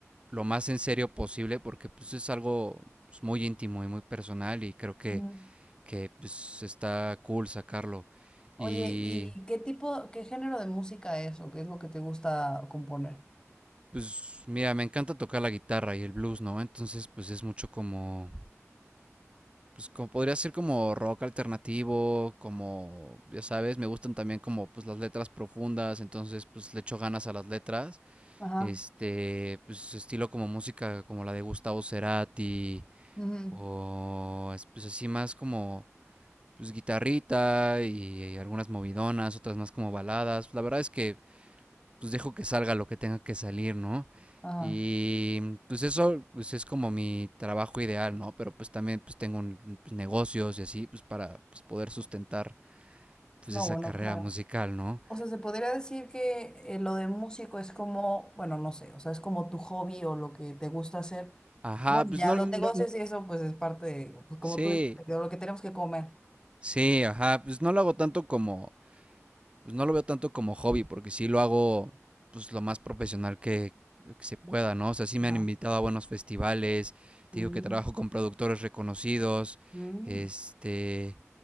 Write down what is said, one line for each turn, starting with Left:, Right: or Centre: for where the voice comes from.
Right: lo más en serio posible porque pues es algo pues, muy íntimo y muy personal y creo que,
Left: ujú.
Right: que pues está cool sacarlo. Y
Left: Oye, ¿y qué tipo, qué género de música es o qué es lo que te gusta componer?
Right: pues mira, me encanta tocar la guitarra y el blues, ¿no? Entonces pues es mucho como pues como podría ser como rock alternativo, como, ya sabes, me gustan también como pues las letras profundas, entonces pues le echo ganas a las letras,
Left: Ajá.
Right: este, pues estilo como música como la de Gustavo Cerati,
Left: ujú.
Right: o es- pues así más como pues guitarrita y algunas movidonas, otras más como baladas, la verdad es que pues dejo que salga lo que tenga que salir, ¿no?
Left: Ah,
Right: Y mm, pues eso pues es como mi trabajo ideal, ¿no? Pero pues también pues tengo un- pues, negocios y así, pues para pues, poder sustentar pues
Left: no,
Right: esa
Left: bueno,
Right: carrera
Left: claro.
Right: musical, ¿no?
Left: O sea, se podría decir que eh, lo de músico es como, bueno, no sé, o sea, es como tu hobby o lo que te gusta hacer.
Right: Ajá,
Left: Bueno,
Right: pues
Left: ya
Right: no,
Left: los
Right: no-
Left: negocios
Right: n-
Left: y eso, pues es parte de, pues como
Right: sí,
Left: tú dices, de lo que tenemos que comer.
Right: sí, ajá, pues no lo hago tanto como pues no lo veo tanto como hobby, porque sí lo hago pues lo más profesional que, que se pueda, ¿no? O sea, sí me
Left: Ajá.
Right: han invitado a buenos festivales, te
Left: Mm,
Right: digo que trabajo con productores reconocidos,
Left: mm,
Right: este,